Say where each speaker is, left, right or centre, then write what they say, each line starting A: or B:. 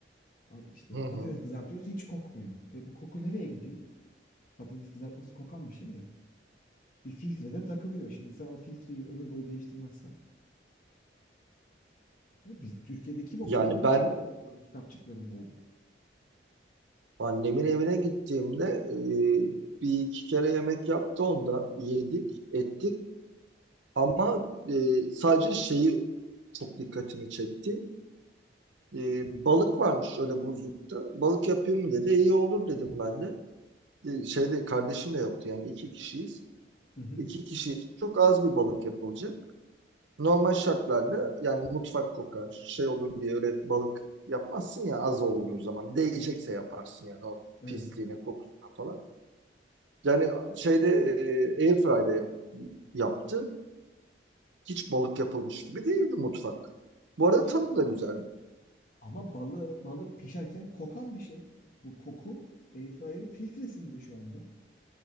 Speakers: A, on the left; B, on the right.
A: Al işte
B: Hı
A: patates
B: hı.
A: kızartıyoruz hiç kokmuyor. E bu koku nereye gidiyor? Patates kızartması kokan bir şey ya. Bir filtrede takılıyor. Şimdi sen o filtreyi ömür boyu değiştirmezsen. Değil mi? Biz Türkiye'de kim okuyor
B: Yani
A: bu
B: ben e,
A: bunların kitapçıklarını yani?
B: annemin evine gittiğimde e, bir iki kere yemek yaptı onda yedik ettik ama e, sadece şeyi çok dikkatimi çekti. E, balık varmış öyle buzlukta. Balık yapayım mı dedi. E, İyi olur dedim ben de. E, şeyde kardeşim de yoktu yani iki kişiyiz.
A: Hı hı.
B: İki kişi için çok az bir balık yapılacak. Normal şartlarda yani mutfak kokar, şey olur diye öyle balık yapmazsın ya az olduğu zaman. Değecekse yaparsın yani o
A: Evet.
B: pisliğine, kokusuna falan. Yani şeyde e, Airfry'de yaptı. Hiç balık yapılmış gibi değildi mutfak. Bu arada
A: İşte
B: tadı da güzeldi.
A: ama balı, balık pişerken kokan bir şey. Bu koku airfryer'ın filtresinde şu anda.